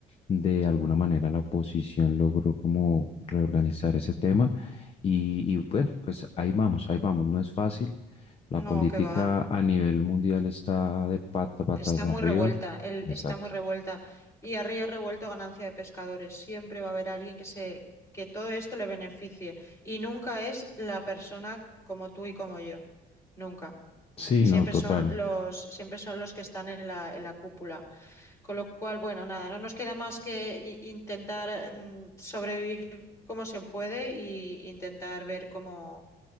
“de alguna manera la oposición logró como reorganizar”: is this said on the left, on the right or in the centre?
Left